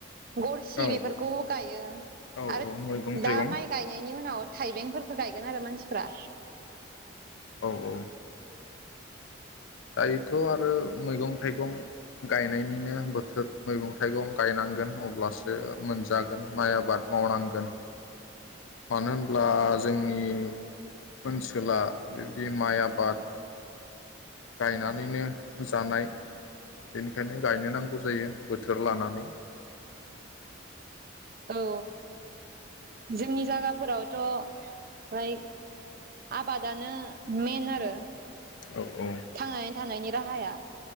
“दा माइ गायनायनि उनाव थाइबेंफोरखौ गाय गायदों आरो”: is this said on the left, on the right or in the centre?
Right